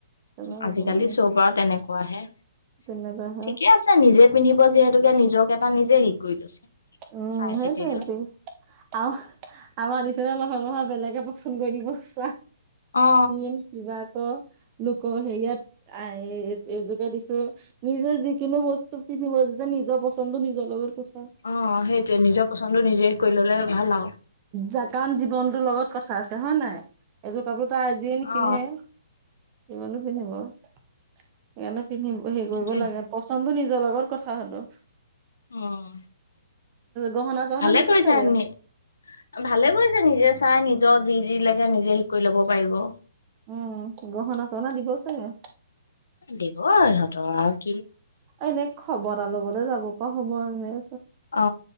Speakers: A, on the right; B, on the left.
A: তেনেকে
B: <unintelligible> আজিকালি সব পৰাও তেনেক হোৱাহে,
A: তেনেকুৱা হয়
B: ঠিকে আছে নিজে পিন্ধিব যিহেতুকে নিজক এটা নিজে হেৰি কৰি লৈছে।
A: উম,
B: চাই
A: সেইটো
B: চিতি লৈ
A: আ আমাৰ পচ মাহৰ মহৰ বেলেগে পচন্দ কৰি দিব চান
B: অ
A: কি'বা আকৌ লোক সেই ইয়াত আহ এইজোকে দিছো নিজে যিকোনো বস্তু পিন্ধিব যে নিজৰ পচন্দ নিজৰ লগৰ কথা
B: অ, সেইটোৱে নিজৰ পচন্দ নিজে কৰি ললে ভাল আৰু।
A: জাকান জীৱনতটো লগত কথা আছে হয়, নাই এযোৰ কাপোৰ আজিয়ে নিপিন্ধে,
B: অ
A: কমানো পিন্ধিব সেইকাৰণে পিন্ধিব হেৰি
B: সেইটোৱে
A: কৰিব লাগে পচন্দ নিজৰ লগত কথা হলো
B: অ'।
A: গহনা চহনা
B: ভালে
A: দিছে
B: কৰিছা
A: চাগে
B: আ, ভালে কৰিছা নিজে চাই নিজৰ যি, যি লাগে নিজে শিক কৰি ল'ব পাৰিব।
A: উম, গহনা, সহনা দিব চাগে।
B: দিব ইহঁতৰক।
A: এনে খবৰ লবলৈ যাব পৰা হ'ব এনে
B: অ,